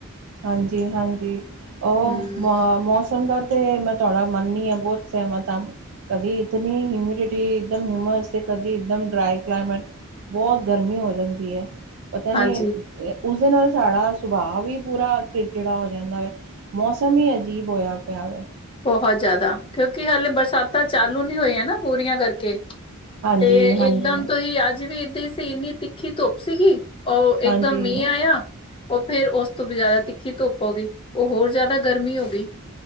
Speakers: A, on the right; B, on the left.
A: ਹਾਂਜੀ-ਹਾਂਜੀ, ਉਹ
B: ਹੂੰ,
A: ਮੌਸਮ ਦਾ ਤੇ ਮੈਂ ਤੁਹਾਡਾ ਮੰਨਨੀ ਹਾਂ, ਬਹੁਤ ਸਹਿਮਤ ਹਾਂ ਕਦੀ ਇਤਨੀ ਹਿਊਮਿਡਿਟੀ ਇੱਕਦਮ ਹਿਊਮਸ, ਕਦੀ ਇੱਕਮ ਡਰਾਾਈ ਕਲਾਈਮੇਟ ਬਹੁਤ ਗਰਮੀ ਹੋ ਜਾਂਦੀ ਹੈ ਪਤਾ ਨੀ,
B: ਹਾਂਜੀ
A: ਉਸਦੇ ਨਾਲ ਸਾਡਾ ਸੁਭਾਅ ਵੀ ਪੂਰਾ ਚਿੜਚਿੜਾ ਹੋ ਜਾਂਦਾ ਵ', ਮੌਸਮ ਹੀ ਅਜੀਬ ਹੋਇਆ ਪਿਆ ਵੈ।
B: ਬਹੁਤ ਜ਼ਿਆਦਾ, ਕਿਉਂਕਿ ਹਾਲੇ ਬਰਸਾਤਾਂ ਚਾਲੂ ਨੀ ਹੋਈਆਂ ਨਾ ਪੂਰੀਆਂ ਕਰਕੇ
A: ਹਾਂਜੀ
B: ਤੇ'
A: ਹਾਂਜੀ
B: ਇੱਕਦਮ ਤੁਸੀ ਅੱਜ ਵੀ ਇਹਦੀ ਸੀ, ਇੰਨੀ ਤਿੱਖੀ ਧੁੱਪ ਸੀਗੀ ਉਹ
A: ਹਾਂਜੀ
B: ਇੱਕਦਮ ਮੀਂ ਆਇਆ ਉਹ ਫੇਰ ਉਸ ਤੋਂ ਵੀ ਜ਼ਿਆਦਾ ਤਿੱਖੀ ਧੁੱਪ ਹੋ ਗਈ, ਉਹ ਹੋਰ ਜ਼ਿਆਦਾ ਗਰਮੀ ਹੋ ਗਈ।